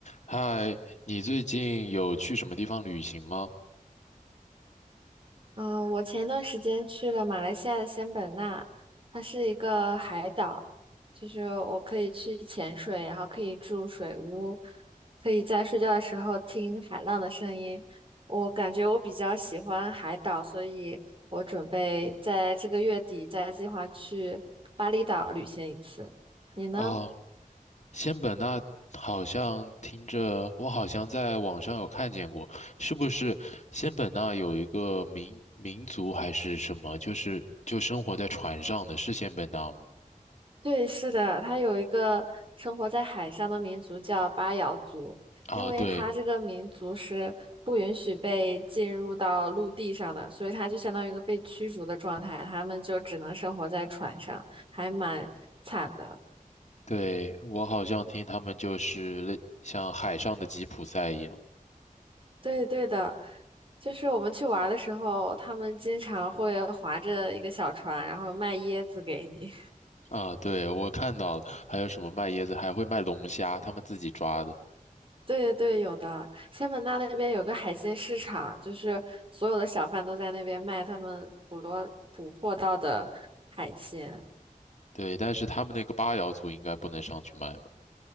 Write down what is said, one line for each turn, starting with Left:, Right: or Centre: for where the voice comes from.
Left: 嗨，你最近有去什么地方旅行吗？
Right: 嗯、呃我前段时间去了马来西亚的仙本那，它是一个海岛，就是我可以去潜水，然后可以住水屋，可以在睡觉的时候听海浪的声音。我感觉我比较喜欢海岛，所以我准备在这个月底再计划去巴厘岛旅行一次。你呢？
Left: 哦，仙本那好像听着，我好像在网上有看见过，是不是仙本那有一个民民族还是什么，就是就生活在船上的，是仙本那吗？
Right: 对，是的，它有一个生活在海上的民族叫巴瑶族，
Left: 啊，
Right: 因为它这个民族是不允许被进入到陆地上的，
Left: 对
Right: 所以它就相当于一个被驱逐的状态，他们就只能生活在船上，还蛮惨的。
Left: 对，我好像听他们就是类像海上的吉普赛一样。
Right: 对对的，就是我们去玩儿的时候，他们经常会划着一个小船，然后卖椰子给你。
Left: 啊，对，我看到了，还有什么卖椰子，还会卖龙虾，他们自己抓的。
Right: 对对对，有的。仙本那那边有个海鲜市场，就是所有的小贩都在那边卖他们捕罗捕获到的海鲜。
Left: 对，但是他们那个八瑶族应该不能上去卖吧？